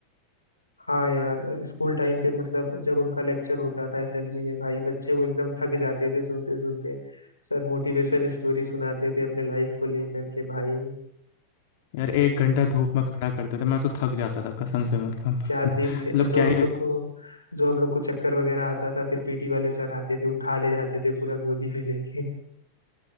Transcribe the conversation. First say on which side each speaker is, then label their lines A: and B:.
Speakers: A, on the left (about 85°); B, on the left (about 50°).
A: हाँ यार स्कूल टाइम पे मतलब जब उनका लेक्चर होता था असेंबली में भाई बच्चे वो एकदम थक जाते थे सुनते सुनते सर मोटिवेशन स्टोरी सुनाते थे अपने लाइफ को लेकर के भाई
B: यार एक घंटा धूप में खड़ा करते थे मैं तो थक जाता था कसम से मतलब
A: क्या दिन
B: मतलब
A: थे जो
B: क्या ही
A: हम लोग को जो हम लोग को चक्कर वगैरह आता था फिर पीटी वाले सर आते थे उठा ले जाते थे पूरा गोदी में लेके